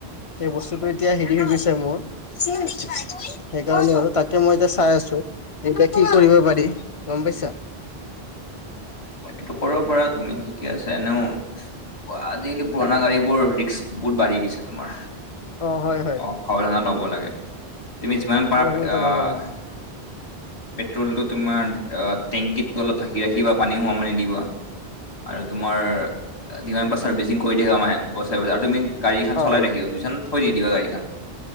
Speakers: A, on the left (about 40°); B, on the left (about 80°).
A: সেই বস্তুটো এতিয়া হেৰি হৈ গৈছে মোৰ <unintelligible> সেইকাৰণে আৰু তাকে মই এতিয়া চাই আছো এতিয়া কি কৰিব পাৰি গম পাইছা
B: এইটো কৰিব পাৰা তুমি ঠিকে আছে এনেও পোৱা আজিকালি পুৰণা গাড়ী বোৰ ৰিক্স বহুত বাঢ়ি গৈছে তোমাৰ
A: অ হয় হয়
B: অ সাৱধানে ল'ব লাগে তুমি যিমান
A: সাৱধানতা
B: পাৰা আহ
A: ল'ব লাগে।
B: পেট্ৰলটো তোমাৰ অ টেংকিত অলপ ঢাকি ৰাখিবা পানী সোমাব নিদিবা আৰু তোমাৰ যিমান ছাৰ্ভিচিং কৰি থাকিবা মাহে বছৰে বছৰে আৰু তুমি গাড়ী খন
A: অ
B: চলাই থাকিবা বুজিছা নে থৈ নিদিবা গাড়ীখন